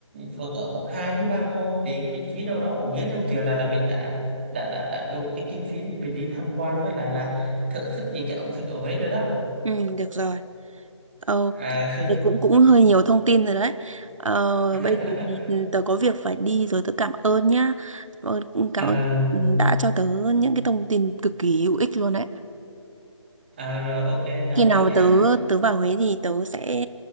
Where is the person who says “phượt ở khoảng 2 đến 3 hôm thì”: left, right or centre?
Right